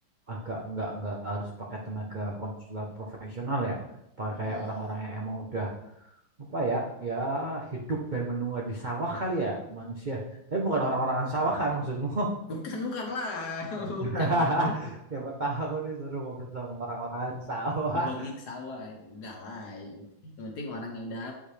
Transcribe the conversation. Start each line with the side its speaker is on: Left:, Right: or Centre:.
Right: agak nggak nggak harus pakai tenaga konsultan profesional ya pakai
Left: Mm-mm.
Right: kayak orang-orang yang emang udah apa ya ya hidup dan menua di sawah kali ya manusia tapi bukan orang-orang sawah kan maksudmu
Left: Bukan, bukan lah. <laughs>
Right: <laughs>
Left: Bukan lah.
Right: siapa tahu aku disuruh ngobrol sama orang-orang sawah
Left: Berbagi sawah itu. Enggak lah. Yang penting orangnya udah